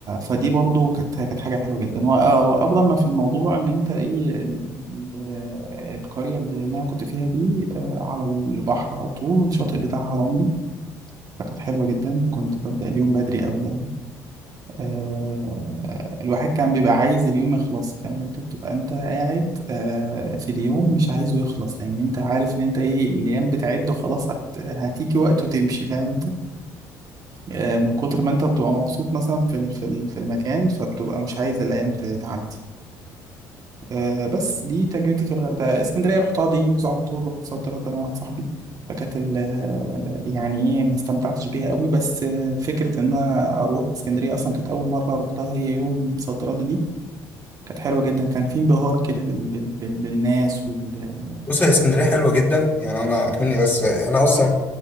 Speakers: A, on the right; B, on the left.
A: فدي برضو كانت كانت حاجه حلوه جدا وأ- وافضل ما في الموضوع ان انت ايه ال... ال... القريه اللي اللي انا كنت فيها دي آه، على البحر على طول الشاطئ بتاعها رملي فكانت حلوه جدا كنت ببدا اليوم بدري قوي آه، الواحد كان بيبقى عايز اليوم يخلص فاهم انت بتبقى انت قاعد آه، في اليوم مش عايزه يخلص لان انت عارف ان انت ايه الايام بتعد وخلاص هت... هتيجي وقت وتمشي فاهم انت آه، من كتر ما انت بتبقى مبسوط مثلا في ال... في ال... في المكان فبتبقى مش عايز الايام ت- تعدي آه، بس دي تجربتي في الغردقه اسكندريه رحتها دي يوز على طول رحت صد رد انا واحد صاحبي فكانت ال- آه، يعني ايه ما استمتعتش بيها قوي بس آه، فكره ان انا اروح اسكندريه اصلا كانت اول مره رحتها هي يوم صد رد دي كانت حلوة جدا كان في انبهار كده بال... بال... بال... بالناس وال...
B: بص هي اسكندريه حلوه جدا يعني انا اكمني بس انا اصلا